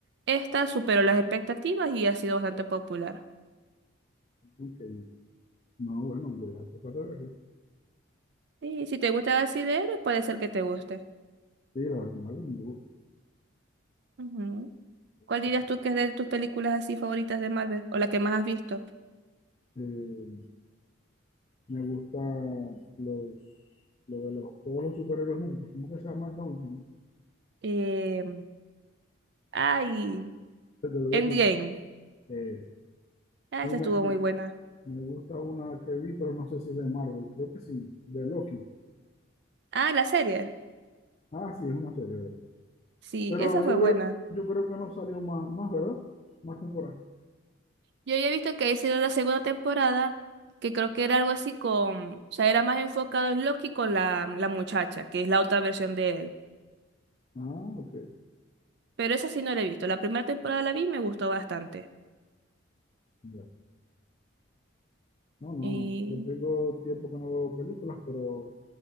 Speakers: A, on the right; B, on the left.
A: esta superó las expectativas y ha sido bastante popular.
B: Ok. No, bueno, voy a tratar de verla.
A: Sí, si te gusta así de héroes, puede ser que te guste.
B: Sí, la verdad, me gusta,
A: Ujú.
B: la
A: ¿Cuál
B: verdad que
A: dirías
B: sí.
A: tú que es de tus películas así favoritas de Marvel o la que más has visto?
B: Eh, me gusta los, lo de los, todos los superhéroes juntos. ¿Cómo que se llama esta última?
A: Eh, ay,
B: Se te lo dio
A: Endgame.
B: también. Esa.
A: Ah,
B: Y
A: esa
B: me,
A: estuvo
B: me,
A: muy buena.
B: me gusta una que vi, pero no sé si es de Marvel, creo que sí, de Loki.
A: Ah, la serie.
B: Ah, sí, es una serie, ¿verdad?
A: Sí,
B: Pero
A: esa fue
B: yo
A: buena.
B: creo, yo creo que no salió más, más, ¿verdad? Más temporada.
A: Yo ya he visto que hicieron la segunda temporada, que creo que era algo así con, o sea, era más enfocado en Loki con la, la muchacha, que es la otra versión de él.
B: Ah, ok.
A: Pero esa sí no la he visto. La primera temporada la vi y me gustó bastante.
B: Ya. No, no,
A: Y
B: no. Yo tengo tiempo que no veo películas, pero